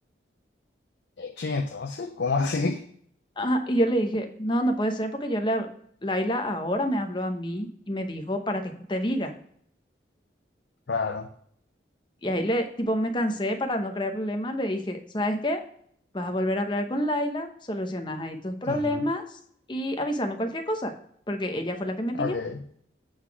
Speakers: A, on the left (about 70°); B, on the left (about 25°).
A: Sí, entonces, ¿cómo así? <laughs>
B: Ajá. Y yo le dije, no, no puede ser porque yo le, hab- Laila ahora me habló a mí y me dijo para que yo te diga.
A: Claro.
B: Y ahí le, tipo, me cansé para no crear problemas, le dije, ¿sabes qué? Vas a volver a hablar con Laila, solucionas ahí tus problemas
A: ujú,
B: y avísame cualquier cosa, porque ella fue la que me
A: Ok,
B: pidió.